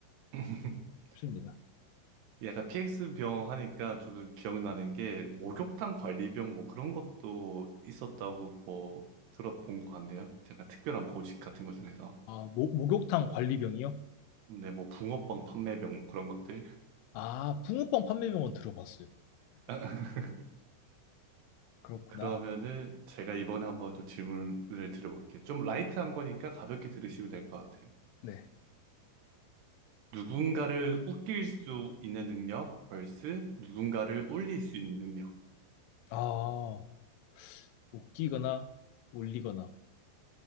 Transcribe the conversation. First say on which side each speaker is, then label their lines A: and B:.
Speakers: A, on the right; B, on the left.
A: <laughs>
B: 싶습니다.
A: 약간 PX 병 하니까 조금 기억나는 게 목욕탕 관리병 뭐 그런 것도 있었다고 뭐 들어본 것 같네요. 약간 특별한 보직 같은 것 중에서.
B: 아, 목, 목욕탕 관리병이요?
A: 네, 뭐 붕어빵 판매병 뭐 그런 것들.
B: 아, 붕어빵 판매병은 들어봤어요.
A: <laughs>
B: 그렇구나.
A: 그러면은 제가 이번에 한번 좀 질문을 드려볼게요. 좀 라이트한 거니까 가볍게 들으시면 될 것 같아요.
B: 네.
A: 누군가를 웃길 수 있는 능력 vs 누군가를 울릴 수 있는 능력.
B: 아, 웃기거나 올리거나.